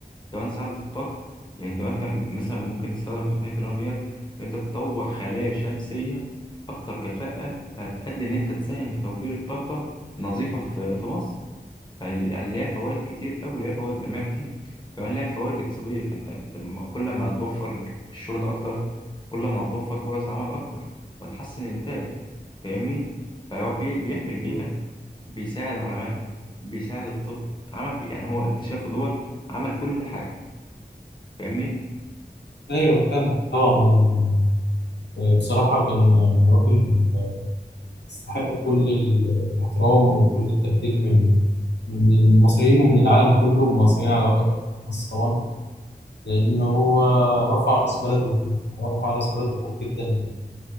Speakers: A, on the left; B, on the left.
A: كمان ساعة الطاقة يعني أنت ممكن مثلا ممكن تستخدم تقنية النانو ديت في أنت تطور خلايا شمسية أكتر كفاءة فهتأدي إن أنت تساهم في توفير الطاقة النظيفة في في مصر فال- يعني ليها فوائد كتير أوي ليها فوائد علمية كتير كمان ليها فوائد اقتصادية فأنت أنت م- كل ما هتوفر الشغل ده أكتر كل ما هتوفر فرص عمل أكتر وتحسن الإنتاج فاهمني؟ فهو بي- بيحمي البيئة
B: مم.
A: بيساعد العلماء بيساعد الطب عمل يعني هو اكتشافه دوت عمل كل حاجة فاهمني
B: ايوه فاهمك طبعا يعني آه، بصراحة كان راجل آه، يستحق كل الاحترام وكل التقدير من من المصريين ومن العالم كله المصريين على وجه الخاص طبعا لأن هو رفع رأس بلده رفع رأس بلده فوق جدا